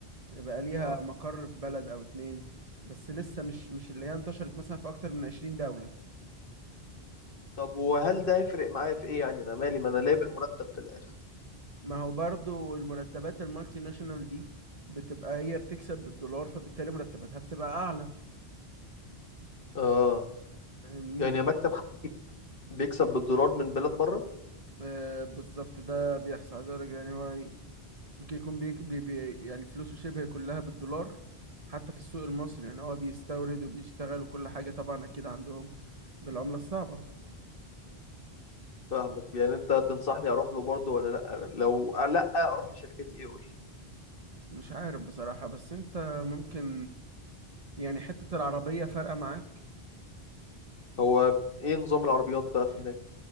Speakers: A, on the right; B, on the left.
A: يعني بقى ليها
B: اه
A: مقر في بلد أو اتنين بس لسه مش مش اللي هي انتشرت مثلا في أكتر من 20 دولة
B: طب وهل ده هيفرق معايا في ايه يعني انا مالي ما انا لاقي بالمرتب في الاخر
A: ما هو برضو المرتبات المالتي ناشونال دي بتبقى هي بتكسب بالدولار فبالتالي مرتباتها بتبقى اعلى
B: اه
A: فاهمني
B: يعني مكتب حبيب بيكسب بالدولار من بلاد بره
A: آه بالظبط ده بيحصل عايز اقول لك يعني هو ي- ممكن يكون بي بي بي يعني فلوسه شبه كلها بالدولار حتى في السوق المصري يعني هو بيستورد وبيشتغل وكل حاجة طبعا اكيد عندهم بالعملة الصعبة
B: فاهمك يعني انت تنصحني اروح له برضه ولا لا لو لا اروح لشركة ايه قول لي.
A: مش عارف بصراحة بس انت ممكن يعني حتة العربية فارقة معاك
B: هو ايه نظام العربيات بقى في هناك